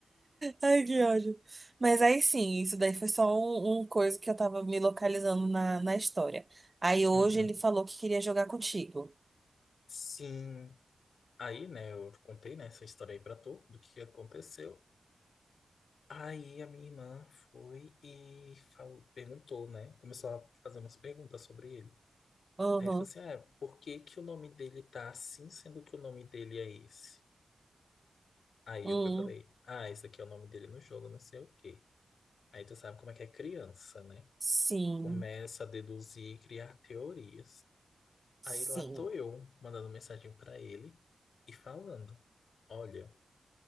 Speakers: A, on the right; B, on the left.
A: Ai, que ódio. Mas aí sim, isso daí foi só um, um coisa que eu tava me localizando na, na história. Aí hoje
B: Uhum.
A: ele falou que queria jogar contigo.
B: Sim. Aí, né, eu contei, né, essa história aí pra tu, do que aconteceu. Aí a minha irmã foi e falou, perguntou, né? Começou a fazer umas perguntas sobre ele.
A: Uhum.
B: Aí ele falou assim: Ah, por que que o nome dele tá assim, sendo que o nome dele é esse? Aí
A: Hum,
B: eu fui e falei: Ah, esse aqui é o nome dele no jogo, não sei o quê. Aí tu sabe como é que é criança, né?
A: sim,
B: Começa a deduzir e criar teorias.
A: sim.
B: Aí lá tô eu, mandando mensagem pra ele e falando: Olha,